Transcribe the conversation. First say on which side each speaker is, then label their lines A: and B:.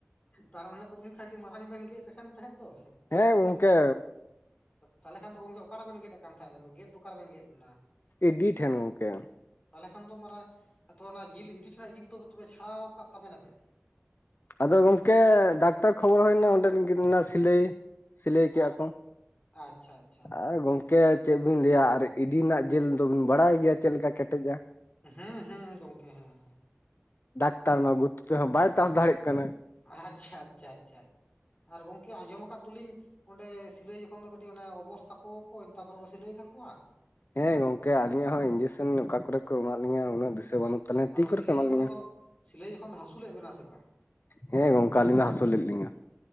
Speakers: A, on the left; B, on the left.
A: ᱛᱟᱨ ᱢᱟᱱᱮ ᱛᱚ ᱜᱚᱝᱠᱮ ᱟᱹᱰᱤ ᱢᱟᱨᱟᱝ ᱵᱮᱱ ᱜᱮᱫ ᱟᱠᱟᱱ ᱛᱟᱦᱮᱸᱜ ᱫᱚ᱾
B: ᱦᱮᱸ ᱜᱚᱝᱠᱮ
A: ᱛᱟᱦᱞᱮ ᱠᱷᱟᱱ ᱫᱚ ᱜᱚᱝᱠᱮ ᱚᱠᱟᱨᱮᱵᱮᱱ ᱜᱮᱫ ᱟᱠᱟᱱ ᱛᱟᱦᱮᱸᱜ ᱟᱵᱮᱱ ᱫᱚ ᱜᱮᱫ ᱫᱚ ᱚᱠᱟ ᱨᱮᱵᱮᱱ ᱜᱮᱫ ᱱᱟ?
B: ᱤᱰᱤ ᱴᱷᱮᱱ ᱜᱚᱝᱠᱮ
A: ᱛᱟᱦᱞᱮ ᱠᱷᱟᱱ ᱫᱚ ᱢᱟᱨᱟ ᱟ ᱛᱚ ᱚᱱᱟ ᱡᱤᱞ ᱤᱰᱤ ᱴᱷᱮᱱᱟᱜ ᱡᱤᱞ ᱫᱚ ᱛᱚᱵᱮ ᱪᱷᱟᱲᱟᱣ ᱟᱠᱟᱫ ᱛᱟᱵᱮᱱᱟᱵᱮᱱ?
B: ᱟᱫᱚ ᱜᱚᱝᱠᱮ ᱰᱟᱠᱛᱟᱨ ᱠᱷᱚᱵᱚᱨ ᱦᱩᱭᱱᱟ ᱚᱸᱰᱮᱱ <unintelligible> ᱥᱤᱞᱟᱹᱭ ᱥᱤᱞᱟᱹᱭ ᱠᱮᱜᱼᱟ
A: ᱟᱪᱪᱷᱟ
B: ᱠᱚ
A: ᱟᱪᱪᱷᱟ ᱟᱪᱪᱷᱟ
B: ᱟᱨ ᱜᱚᱝ ᱠᱮ ᱪᱮᱜ ᱵᱤᱱ ᱞᱟᱹᱭᱟ ᱟᱨ ᱤᱰᱤ ᱨᱮᱱᱟᱜ ᱡᱤᱞ ᱫᱚᱵᱤᱱ ᱵᱟᱲᱟᱭ ᱜᱮᱭᱟ ᱪᱮᱜ ᱞᱮᱠᱟ ᱠᱮᱴᱮᱡ-ᱟ᱾
A: ᱦᱮᱸ ᱦᱮᱸ ᱜᱚᱝᱠᱮ ᱦᱮᱸ ᱦᱮᱸ
B: ᱰᱟᱠᱛᱟᱨ ᱢᱟ ᱜᱩᱛᱩ ᱛᱮᱦᱚᱸ ᱵᱟᱭ ᱛᱟᱵ ᱫᱟᱲᱮᱜ ᱠᱟᱱᱟ᱾
A: ᱟᱪᱪᱷᱟ ᱟᱪᱪᱷᱟ ᱟᱪᱪᱷᱟ ᱟᱨ ᱜᱚᱝᱠᱮ ᱟᱸᱡᱚᱢ ᱠᱟᱜ ᱫᱚᱞᱤᱧ ᱚᱸᱰᱮ ᱥᱤᱞᱟᱹᱭ ᱡᱚᱠᱷᱚᱱ ᱫᱚ ᱠᱟᱹᱴᱤᱡ ᱚᱱᱮ ᱚᱵᱚᱥ ᱛᱟᱠᱚᱣᱟ ᱠᱚ ᱛᱟᱯᱚᱨᱮ ᱠᱚ ᱥᱤᱞᱟᱹᱭ ᱛᱟᱠᱚᱣᱟ?
B: ᱦᱮᱸ ᱜᱚᱝᱠᱮ ᱟᱹᱞᱤᱧᱟᱜ ᱦᱚᱸ ᱤᱧᱡᱤᱥᱮᱱ ᱚᱠᱟ ᱠᱚᱨᱮ ᱠᱚ ᱮᱢᱟᱜ ᱞᱤᱧᱟᱹ ᱩᱱᱟᱹᱜ ᱫᱤᱥᱟᱹ ᱵᱟᱹᱱᱩᱜ ᱛᱟᱹᱞᱤᱧᱟ
A: ᱟᱫᱚ
B: ᱛᱤ ᱠᱚᱨᱮ
A: ᱥᱤᱞᱟᱹᱭ
B: ᱠᱚ ᱮᱢᱟᱜ
A: ᱡᱚᱠᱷᱚᱱ
B: ᱞᱤᱧᱟᱹ
A: ᱫᱚ ᱥᱤᱞᱟᱹᱭ ᱡᱚᱠᱷᱚᱱ ᱫᱚ ᱦᱟᱹᱥᱩ ᱞᱮᱜ ᱵᱮᱱᱟ ᱥᱮ ᱵᱟᱝ?
B: ᱦᱮᱸ ᱜᱚᱝᱠᱟ ᱟᱹᱞᱤᱧ ᱫᱚ ᱦᱟᱹᱥᱩ ᱞᱮᱫ ᱞᱤᱧᱟᱹ᱾